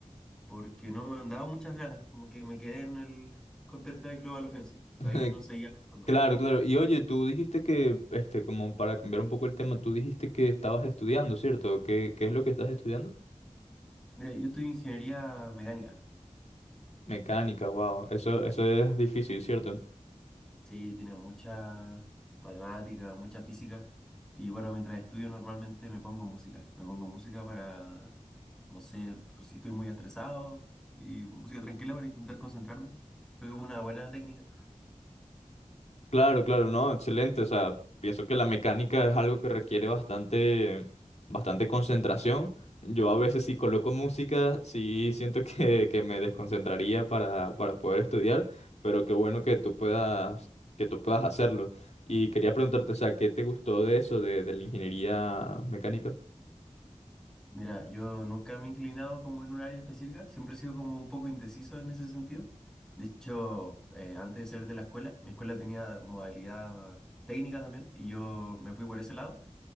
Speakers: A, in the centre; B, on the left (about 65°).
A: porque no me han dado muchas ganas, como que me quedé en el Counter-Strike Global Offensive, de
B: <laughs>
A: ahí no seguía jugando
B: Claro,
A: más.
B: claro. Y oye, tú dijiste que, este, como para cambiar un poco el tema, tú dijiste que estabas estudiando, ¿cierto? ¿Qué, qué es lo que estás estudiando?
A: Mira, yo estudio ingeniería mecánica
B: Mecánica, wow. Eso, eso es difícil, ¿cierto?
A: Sí, tiene mucha matemática, mucha física. Y bueno, mientras estudio normalmente me pongo música. Me pongo música para, no sé, pues, si estoy muy estresado y música tranquila para intentar concentrarme. Creo que es una buena técnica.
B: Claro, claro, no, excelente. O sea, pienso que la mecánica es algo que requiere bastante, bastante concentración. Yo a veces si coloco música, sí siento que, que me desconcentraría para, para poder estudiar, pero qué bueno que tú puedas, que tú puedas hacerlo. Y quería preguntarte, o sea, ¿qué te gustó de eso, de, de la ingeniería mecánica?
A: Mira, yo nunca me he inclinado como en un área específica. Siempre he sido como un poco indeciso en ese sentido. De hecho, eh, antes de salir de la escuela, mi escuela tenía modalidad técnica también y yo me fui por ese lado.